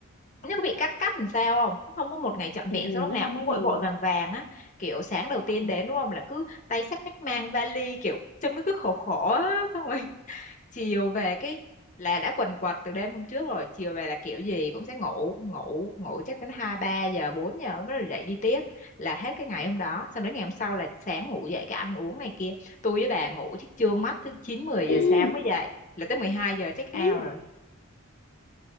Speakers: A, on the left (about 35°); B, on the left (about 55°).
A: nếu bị cắt cắt làm sao không không có một ngày trọn
B: ừ,
A: vẹn
B: ừ,
A: sao lúc
B: nó
A: nào
B: không
A: cũng
B: có liền
A: vội vội
B: mà
A: vàng vàng á kiểu sáng đầu tiên
B: ờ
A: đến đúng không là cứ tay xách nách mang vali kiểu trông nó cứ khổ khổ á xong rồi <laughs> chiều về cái là đã quần quật từ đêm hôm trước rồi chiều về là kiểu gì cũng sẽ ngủ ngủ ngủ chắc đến hai ba giờ bốn giờ nó dậy đi tiếp là hết cái ngày hôm đó xong đến ngày hôm sau là sáng ngủ dậy cái ăn uống này kia tôi với bà ngủ chắc trương mắt tới chín mười
B: <clears throat>
A: giờ sáng mới dậy là tới 12 giờ check
B: ừ,
A: out rồi